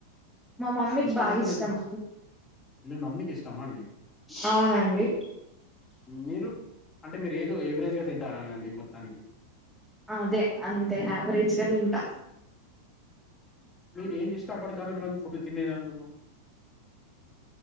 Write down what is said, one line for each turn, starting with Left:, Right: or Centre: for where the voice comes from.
Centre: మా మమ్మీకి
Left: ఇష్టంతోనే
Centre: బాగా ఇష్టం
Left: తింటారూ
Centre: అండి
Left: మీ మమ్మీకి ఇష్ట టమా అండి
Centre: అవునండి
Left: మీరు అంటే మీరు ఏదో ఎవరేజ్ గా తింటారానండి మొత్తానికి
Centre: అదే అంతే యావరేజ్గా తింటా
Left: మీరు ఏది ఇష్టపడతారు మేడం ఫుడ్ తినేది అందుకు